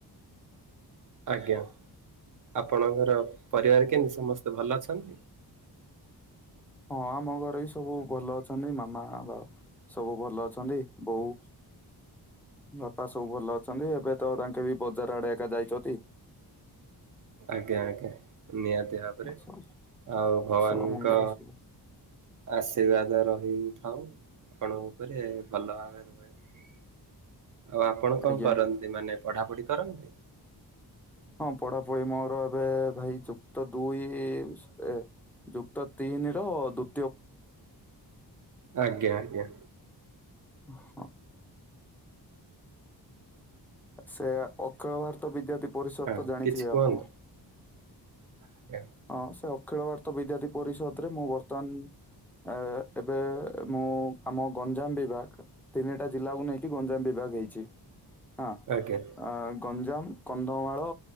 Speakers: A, on the right; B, in the centre.
A: ଆଜ୍ଞା ଆପଣଙ୍କର ପରିବାର କେମିତି ସମସ୍ତେ ଭଲ ଅଛନ୍ତି?
B: <inaudible> ହଁ ଆମ ଘରେ ବି ସବୁ ଭଲ ଅଛନ୍ତି ମାମା, ବାବା ସବୁ ଭଲ ଅଛନ୍ତି ବୋଉ ବାପା ସବୁ ଭଲ ଅଛନ୍ତି ଏବେ ତ ତାଙ୍କେ ବି ବଜାର ଆଡେ ଏକା ଯାଇଛନ୍ତି। <inaudible>
A: ଆଜ୍ଞା ଆଜ୍ଞା ନିହାତି ଭାବରେ
B: ସ-
A: ଆଉ ଭଗବାନଙ୍କ
B: କୁଶଳ ମଙ୍ଗଳ ସବୁ
A: ଆଶୀର୍ବାଦ ରହିଥାଉ ଆପଣଙ୍କ ଉପରେ ଭଲ ଭାବେ ରୁହନ୍ତୁ।
B: <inaudible>
A: ଆଉ ଆପଣ କଣ
B: ଆଜ୍ଞା
A: କରନ୍ତି ମାନେ ପଢାପଢି କରନ୍ତି?
B: ହଁ ପଢା ପଢି ମୋର ଏବେ ଭାଇ ଯୁକ୍ତ ଦୁଇ ଏ ଯୁକ୍ତ ତିନି ର ଦୁ
A: ଆଜ୍ଞା ଆଜ୍ଞା।
B: ହୁଁ। ସେ ଅଖିଳ ଭାରତ ବିଦ୍ୟାର୍ଥୀ ପରିଷଦ
A: ହଁ
B: ତ ଜାଣିଥିବେ
A: କିଛି କୁହନ୍ତୁ?
B: ଆପଣ?
A: ଆଜ୍ଞା
B: ହଁ ସେ ଅଖିଳ ଭାରତ ବିଦାର୍ଥୀ ପରିଷଦ ରେ ମୁଁ ବର୍ତ୍ତମାନ ଆ ଏବେ ମୁଁ ଆମ ଗଞ୍ଜାମ ବିଭାଗ ତିନିଟା ଜିଲ୍ଲାକୁ ନେଇକି ଗଞ୍ଜାମ ବିଭାଗ ଦେଇଛି। ହଁ
A: ଆଜ୍ଞା
B: ଅଁ ଗଞ୍ଜାମ କନ୍ଧମାଳ